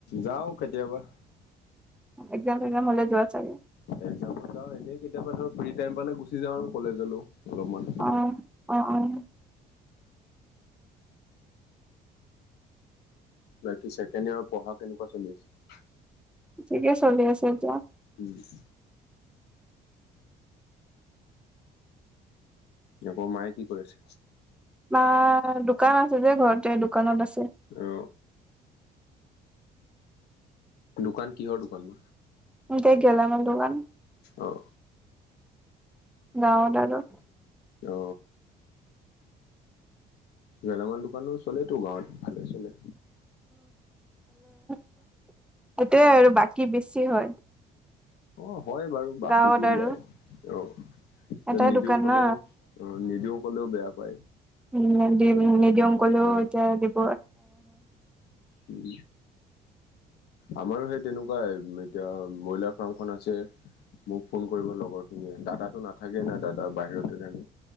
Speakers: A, on the left; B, in the centre.
A: যাও কেতিয়াবা
B: এক্সাম চেকজাম হলে যোৱা চাগে।
A: একজামত যাওঁ এনেই কেতিয়াবা ধৰ ফ্ৰী টাইম পালে গুচি যাওঁ আৰু কলেজলো অলপমান
B: অ', অ', অ',
A: বাকী ছেকেণ্ড ইয়ৰ পঢ়া কেনেকুৱা চলি আছে।
B: ঠিকে চলি আছে এতিয়া
A: উম আকৌ মায়ে কি কৰি আছে।
B: বা দোকান আছে যে ঘৰতে দোকানত আছে।
A: অ দোকান কিহৰ দোকান
B: তে গেলামাল দোকান
A: আহ
B: <unintelligible>
A: অ গেলামাল দোকানো চলেতো গাঁৱত ভালে চলে
B: সেইটোৱে আৰু বাকী বেছি হয়।
A: অ হয় বাৰু বাকীতো
B: গাঁৱত আৰু
A: যায় আহ যে
B: এটা
A: নিদিও
B: দোকান
A: ক'লেও
B: না
A: অ নিদিও ক'লেও বেয়া পায়।
B: উ দি নিদিয়ম কলেও
A: অ
B: এতিয়া দিব
A: উম আমাৰো সেই তেনেকুৱা এতিয়া ব্ৰইলাৰ ফাৰ্মখন আছে। মোক ফোন কৰিব লগৰ খিনিয়ে দাদা নাথাকে না দাদা বাহিৰতে থাকে।